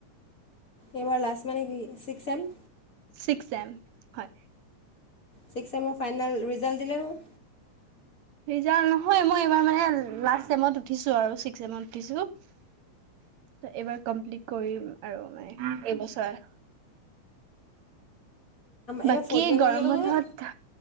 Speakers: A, on the left; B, on the right.
A: এইবাৰ লাষ্ট মানে কি চিক্স চেম?
B: ছিক্স চেম, হয়।
A: চিক্স চেমৰ ফাইনেল ৰিজাল্ট দিলে নহয়।
B: ৰিজাল্ট নহয়, মই এইবাৰ মানে লাষ্ট চমত উঠিছোঁ আৰু ছিক্সমত উঠিছোঁ। এইবাৰ কমপ্লিট কৰিম আৰু মানে এইবছৰ।
A: এইবাৰ
B: বাকী
A: ফ'ৰ্থ ইয়েৰ কৰিলে
B: গৰম
A: নহয়
B: বন্ধত